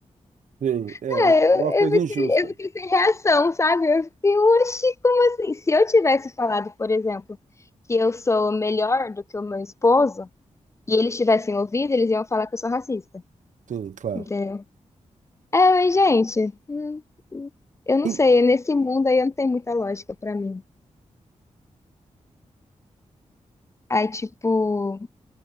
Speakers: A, on the right; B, on the left.
A: Sim, é,
B: ah,
A: é
B: eu,
A: é uma coisa
B: eu fiquei,
A: injusta.
B: eu fiquei sem reação, sabe? Eu fiquei, oxi, como assim? Se eu tivesse falado, por exemplo, que eu sou melhor do que o meu esposo, e eles tivessem ouvido, eles iam falar que eu sou racista,
A: Sim, claro.
B: entendeu? É, mas, gente, hum, eu não
A: Em-
B: sei, nesse mundo aí não tem muita lógica pra mim. Aí, tipo,